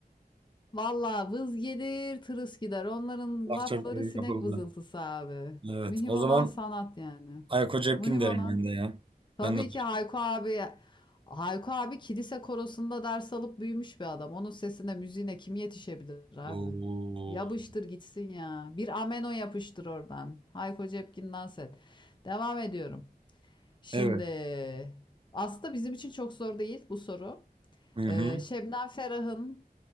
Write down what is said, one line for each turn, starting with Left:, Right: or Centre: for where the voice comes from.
Left: Valla vız gelir, tırıs gider. Onların
Right: Lafça
Left: lafları
Right: bir yorum
Left: sinek
Right: yapıldı.
Left: vızıltısı abi.
Right: Evet.
Left: Mühim
Right: O
Left: olan
Right: zaman
Left: sanat yani.
Right: Ayako Cepkin
Left: Mühim
Right: derim
Left: olan.
Right: ben de ya.
Left: Tabii
Right: Ben de.
Left: ki Hayko abi. Hayko abi kilise korosunda ders alıp büyümüş bir adam. Onun sesine, müziğine kim yetişebilir abi?
Right: Oo.
Left: Yapıştır gitsin ya. Bir ameno yapıştır oradan. Hayko Cepkin dans et. Devam ediyorum. Şimdi
Right: Evet.
Left: aslında bizim için çok zor değil bu soru.
Right: Hı hı.
Left: Ee, Şebnem Ferah'ın